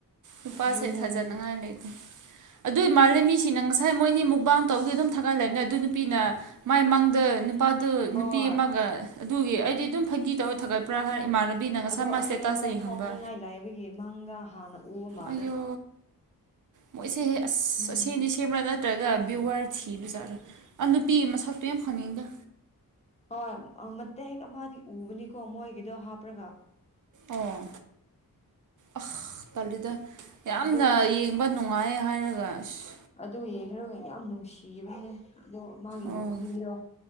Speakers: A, on the right (about 55°); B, on the left (about 20°).
A: ꯅꯨꯄꯥꯁꯦ
B: ꯑꯗꯨꯅꯦ
A: ꯊꯥꯖꯅ ꯅꯤꯡꯉꯥꯏ ꯂꯩꯇꯦ ꯑꯗꯨꯏ ꯃꯥꯜꯂꯦ ꯃꯤꯁꯤꯡꯅ ꯉꯁꯥꯏ ꯃꯣꯏꯅꯤ ꯃꯨꯛꯕꯥꯡ ꯇꯧꯕꯒꯤ ꯑꯗꯨꯝ ꯊꯥꯒꯠꯂꯩꯕꯅꯦ ꯑꯗꯨ ꯅꯨꯄꯤꯅ ꯃꯥꯏ ꯃꯥꯡꯗ ꯅꯨ ꯅꯨꯄꯥꯗꯨ
B: ꯍꯣꯏ
A: ꯅꯨꯄꯤ ꯑꯃꯒ ꯑꯗꯨꯒꯤ ꯑꯩꯗꯤ ꯑꯗꯨꯝ ꯐꯥꯒꯤ ꯇꯧꯔ ꯊꯥꯒꯠꯄ꯭ꯔꯥ ꯍꯥꯏ ꯏꯃꯥꯟꯅꯕꯤꯅ ꯉꯁꯥꯏ
B: ꯑꯗꯣ
A: ꯃꯥ
B: ꯑꯁꯦꯡꯕ
A: ꯁ꯭ꯇꯦꯇꯥꯁꯇ ꯌꯦꯡꯍꯟꯕ
B: ꯊꯣꯛꯅꯤꯡꯉꯥꯏ ꯂꯥꯏꯕꯒꯤ ꯃꯪꯗ ꯍꯥꯟꯅ ꯎꯕ ꯃꯥꯜꯂꯦ
A: ꯑꯩꯌꯣ ꯃꯣꯏꯁꯦ ꯑꯁ
B: ꯎꯝ
A: ꯑꯁꯤꯅꯤ ꯁꯦꯝꯕ꯭ꯔ ꯅꯠ ꯏꯔꯒ ꯕꯤꯋ꯭ꯔ ꯊꯤꯕ ꯖꯥꯠꯂ ꯑꯗꯨ ꯅꯨꯄꯤ ꯃꯁꯛꯇꯨ ꯌꯥꯝ ꯐꯅꯤꯡꯗꯦ
B: ꯍꯣꯏ ꯎꯝ ꯃꯇꯦꯛ ꯑꯃꯗꯤ ꯎꯕꯅꯤꯀꯣ ꯃꯣꯏꯒꯤꯗꯣ ꯍꯥꯞꯄ꯭ꯔꯒ
A: ꯑꯣ ꯑꯁ‌ ꯇꯜꯂꯤꯗ ꯌꯥꯝꯅ
B: ꯑꯗꯨ
A: ꯌꯦꯡꯕ ꯅꯨꯡꯉꯥꯏꯌꯦ ꯍꯥꯏꯔꯒ ꯑꯁ
B: ꯑꯗꯨ ꯌꯦꯡꯂꯨꯔꯒ ꯌꯥꯝ ꯅꯨꯡꯁꯤꯕꯅꯦ ꯑꯗꯣ ꯃꯥꯒꯤ
A: ꯑꯣ
B: ꯅꯨꯄꯤꯗꯣ